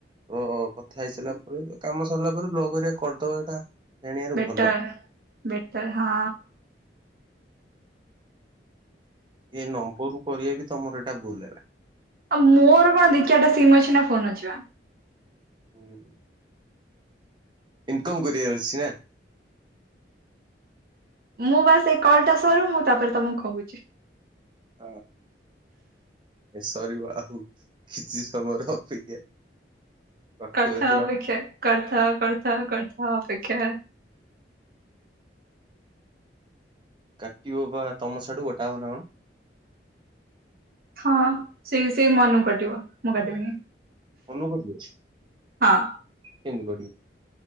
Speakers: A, on the right; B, on the right.
A: ଓହୋ କଥା ହେଇ ସାରିଲା ପରେ କାମ ସରିଲା ପରେ ବ୍ଲଗ ଅରିଆ କରିଦବା ଏଇଟା ଜାଣିବାରେ
B: ବେଟା
A: ଭଲ
B: ବେଟା ହଁ
A: ଏ ନମ୍ବରରୁୁ କରିବା ବି ତମର ଏଇଟା ଭୁଲ ହେଲା।
B: ଆଉ ମୋର କଣ ଦି ଚାରିଟା ସିମ୍ ଅଛି ନା ଫୋନ ଅଛିି।
A: ହୁଁ ଇନକମ କରିବାର ଅଛି ନା।
B: ମୁଁ ବାସ ଏଇ କଲଟା ସରୁ ମୁଁ ତାପରେ ତମକୁ କହୁଛି।
A: ହଁ। ଏ ସରିବ ଆଉ କିଛି ସମୟର ଅପେକ୍ଷା। ରଖିବ
B: କରଥାଅ
A: ଯଦି
B: ଅପେକ୍ଷା
A: ରଖ
B: କରଥାଅ କରଥାଅ କରଥାଅ ଅପେକ୍ଷା।
A: କାଟିବ ବା ତମ ସିଆଡୁ କଟା ହବ ନା କଣ?
B: ହଁ ସେ ବି ସେଇ ମନକୁ କଟିବ ମୁଁ କାଟିବିନି।
A: ମନୁକୁ କଟିବ
B: ହଁ
A: କେମତି କାଟିବ?